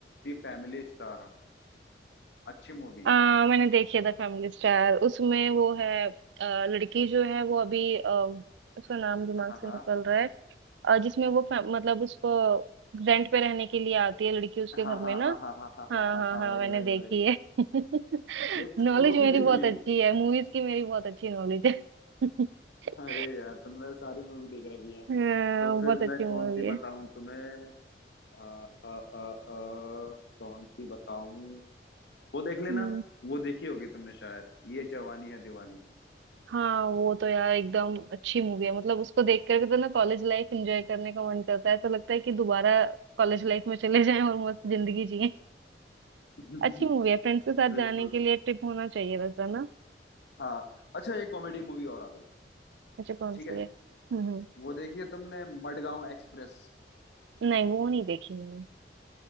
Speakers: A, on the left; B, on the right.
A: दी फैमिली स्टार अच्छी मूवी
B: आ,
A: है
B: मैंने देखी है द फैमिली स्टार उसमें वो है आ, लड़की जो है वो अभी आ, उसका नाम दिमाग
A: हाँ
B: से
A: हाँ
B: निकल रहा है आ, जिसमें वो फै- मतलब उसको रेंट पे रहने के लिए आती है लड़की उसके
A: हाँ
B: घर
A: हाँ
B: में ना
A: हाँ हाँ हाँ हाँ
B: हाँ
A: हाँ हाँ
B: हाँ
A: हाँ
B: हाँ
A: वही
B: मैंने
A: वही
B: देखी
A: वही
B: है <laughs>
A: देख
B: नॉलेज
A: ली वो
B: मेरी
A: भी देख
B: बहुत
A: ली
B: अच्छी है मूवीज की मेरी बहुत अच्छी नॉलेज है <laughs>
A: अरे यार तुमने सारी मूवी देख रखी है
B: हाँ,
A: तो फिर
B: बहुत अच्छी
A: मैं
B: मूवी
A: कौन सी
B: है
A: बताऊं तुम्हें अ, अ, अ, अ, कौन सी बताऊं वो देख लेना
B: हम्म।
A: वो देखी होगी तुमने शायद ये जवानी है दीवानी
B: हाँ वो तो यार एकदम अच्छी मूवी है मतलब उसको देख करके तो ना कॉलेज लाइफ एंजॉय करने का मन करता है ऐसा लगता है कि दोबारा कॉलेज लाइफ में चले जाएं और मस्त जिंदगी जिएं
A: <laughs>
B: अच्छी मूवी है फ्रेंड्स के साथ
A: बिल्कुल
B: जाने के लिए ट्रिप होना चाहिए वैसा ना
A: हाँ अच्छा एक कॉमेडी मूवी और आ गई
B: अच्छा कौन
A: ठीक
B: सी
A: है
B: है हम्म हम्म।
A: वो देखी है तुमने मडगांव एक्सप्रेस
B: नहीं वो नहीं देखी मैंने